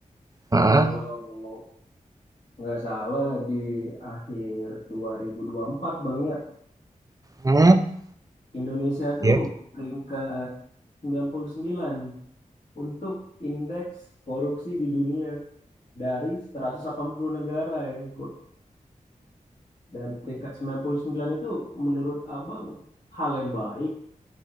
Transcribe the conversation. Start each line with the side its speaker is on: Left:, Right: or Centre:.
Right: Hah?
Left: kalau nggak salah di akhir 2024 Bang ya,
Right: Hmm,
Left: Indonesia tuh
Right: Ya.
Left: peringkat 99 untuk indeks korupsi di dunia dari 180 negara yang ikut. Dan peringkat 99 itu menurut Abang hal yang baik